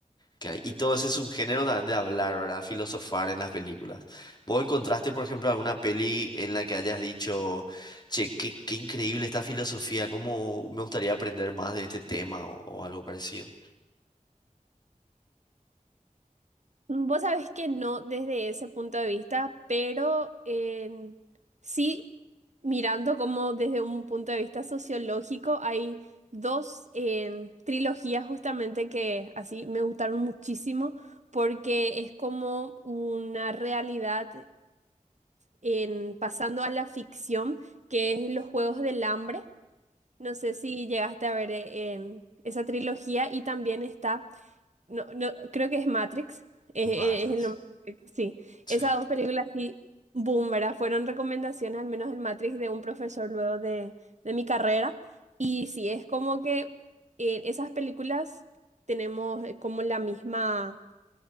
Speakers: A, on the left (about 30°); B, on the right (about 55°).
A: que hay. Y todo ese subgénero también de hablar, ¿verdad? Filosofar en las películas. ¿Vos encontraste, por ejemplo, alguna peli en la que hayas dicho, che, qué, qué increíble esta filosofía, cómo me gustaría aprender más de este tema o, o algo parecido?
B: Vos sabés que no desde ese punto de vista, pero en- sí mirando como desde un punto de vista sociológico, hay dos en, trilogías justamente que así me gustaron muchísimo porque es como una realidad en pasando a la ficción, que es Los Juegos del Hambre. No sé si llegaste a ver eh, en esa trilogía y también está... No, no, creo que es Matrix, es,
A: Matrix.
B: es- es el nombre correcto, sí.
A: Sí.
B: Esas dos películas sí, boom, ¿verdad? Fueron recomendaciones, al menos el Matrix, de un profesor luego de, de mi carrera. Y sí, es como que en esas películas tenemos eh, como la misma